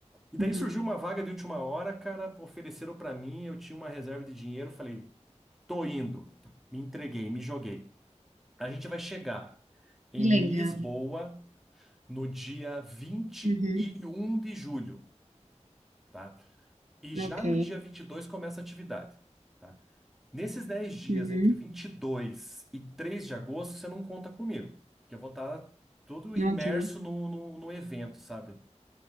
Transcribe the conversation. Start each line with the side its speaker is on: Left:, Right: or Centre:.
Centre: E daí
Right: Uhum.
Centre: surgiu uma vaga de última hora, cara, ofereceram para mim, eu tinha uma reserva de dinheiro, falei, tô indo, me entreguei, me joguei. A gente vai chegar em
Right: Que legal.
Centre: Lisboa no dia 21
Right: Uhum.
Centre: de julho. tá? E já
Right: Ok.
Centre: no dia 22 começa a atividade, tá? Nesses 10 dias,
Right: Uhum.
Centre: entre vinte e dois e três de agosto, você não conta comigo, porque eu vou estar todo imerso
Right: Ok.
Centre: no, no, no evento, sabe?